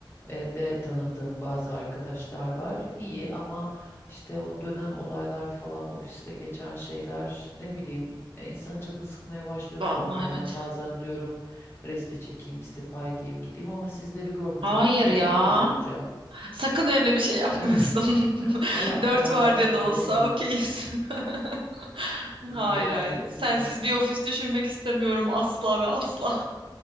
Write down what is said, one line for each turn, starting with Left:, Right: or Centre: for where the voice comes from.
Left: e, de tanıdığım bazı arkadaşlar var. İyi ama işte o dönen olaylar falan ofiste geçen şeyler ne bileyim e, insanın canını sıkmaya başlıyor
Right: Vallahi
Left: son zamanlar.
Right: evet.
Left: Bazen diyorum resti çekeyim, istifa edeyim, gideyim ama sizleri görmeyeceğim.
Right: Hayır
Left: Bu sefer
Right: ya.
Left: ona üzüleceğim.
Right: Sakın öyle bir şey yapmıyorsun.
Left: <laughs>
Right: <laughs>
Left: Valla aklıma
Right: Dört var
Left: gelmiyor
Right: diye de olsa
Left: değil değil.
Right: okeyiz. <laughs>
Left: Yani
Right: Hayır hayır.
Left: bilmiyorum.
Right: Sensiz bir ofis düşünmek istemiyorum asla ve asla.